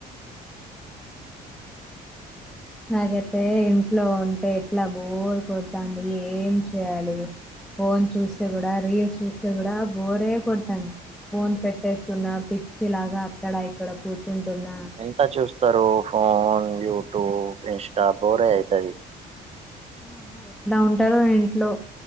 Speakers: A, in the centre; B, on the right (about 35°).
A: నాకైతే ఇంట్లో ఉంటే ఎట్లా బోరు కొడతాంది ఏం చేయ్యాలి ఫోన్ చూస్తే కూడా రీల్స్ చూస్తే కూడా బోరే కొడతాంది ఫోన్ పెట్టేస్తున్నా పిచ్చిలాగా అక్కడ ఇక్కడ కూర్చుంటున్నా.
B: ఎంత చూస్తారు ఫోన్ యూట్యూబ్ ఇన్స్టా బోరే అయితది
A: అమ్మా ఎట్లా ఉంటారో ఇంట్లో